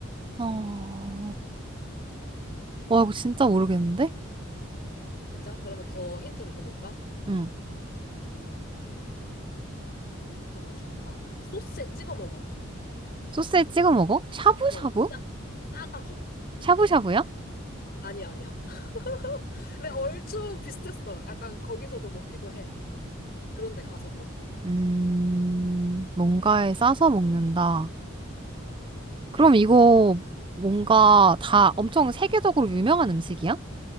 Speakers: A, on the right; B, on the left.
A: 어, 와, 이거 진짜 모르겠는데?
B: 진짜? 그러면 더 힌트를 줘볼까?
A: 응.
B: 음, 음, 음, 어떤 걸 줄까? 소스에 찍어 먹어.
A: 소스에 찍어 먹어? 샤브샤브?
B: 어, 싸, 싸가지고.
A: 샤브샤브야?
B: 아니야, 아니야. <laughs> 근데 얼추 비슷했어. 약간 거기서도 먹기도 해. 그런데 가서도.
A: 음, 뭔가에 싸서 먹는다. 그럼 이거 뭔가 다 엄청 세계적으로 유명한 음식이야?